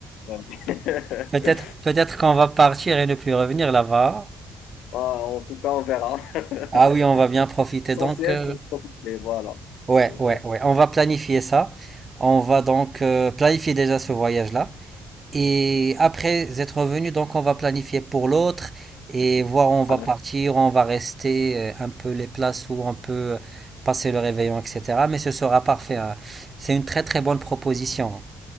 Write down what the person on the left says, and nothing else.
oui. <laughs>
Ah, en tout cas, on verra. <laughs>
L'essentiel,
c'est de profiter, voilà.
L'essentiel,
c'est de
profiter.